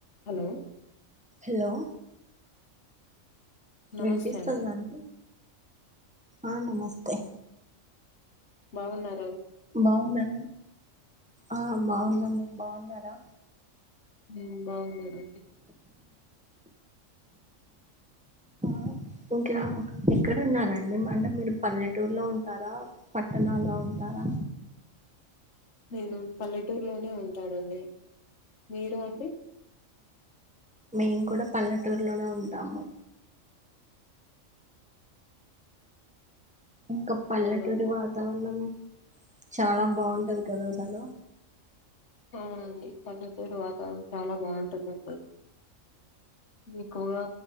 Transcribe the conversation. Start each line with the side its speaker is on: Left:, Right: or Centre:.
Left: Hello
Centre: hello
Left: నమస్తే
Centre: వినిపిస్తుందండి
Left: అండి
Centre: ఆ నమస్తే
Left: బాగున్నాన్
Centre: బాగున్నారా ఆ బాగున్నాం మీరు బాగున్నారా
Left: మీము బాగున్నామండి
Centre: <unintelligible> ఎక్కడ ఉన్నారండి అంటే మీరు పల్లెటూరులో ఉంటారా పట్టణాల్లో ఉంటారా
Left: నేను పల్లెటూరులోనే ఉంటానండి మీరు అండి
Centre: మేము కూడా పల్లెటూరులోనే ఉంటాము ఇంకా పల్లెటూరి
Left: అవును
Centre: వాతావరణం చాలా బాగుంటది కదా అసలు
Left: అవునండి పల్లెటూరు వాతావరణం చాలా బాగుంటుందండి ఎక్కువగా